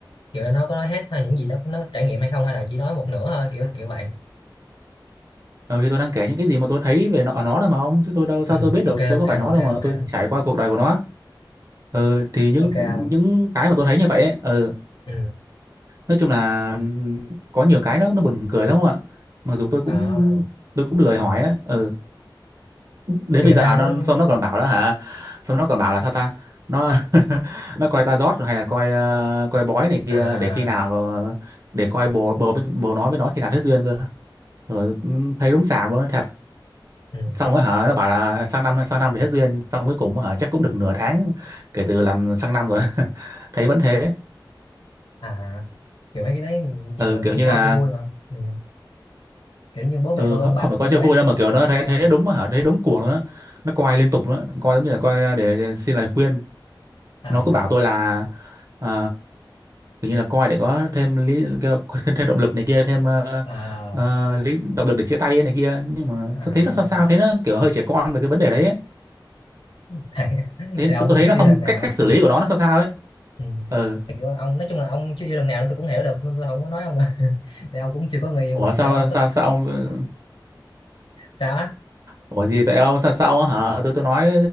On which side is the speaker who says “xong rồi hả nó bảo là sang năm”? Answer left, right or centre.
Right